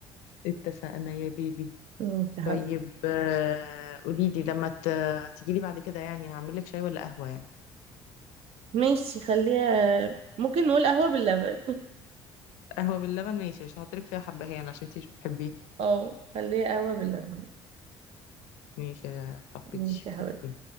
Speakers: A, on the left (about 80°); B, on the right (about 60°).
A: اتفقنا يا بيبي
B: ماشي يا حبيبي.
A: طيب آه، قوليلي لما ت... تجيلي بعد كده يعني هعملك شاي ولا قهوة يعني
B: ماشي خليها ممكن نقول قهوه باللبن
A: قهوة باللبن ماشي مش هحطلك فيها حبهان عشان انتي مش بتحبيها
B: اه خليها قهوة باللبن
A: ماشي يا صاحبتي
B: ماشي يا حبيبتي
A: اوكي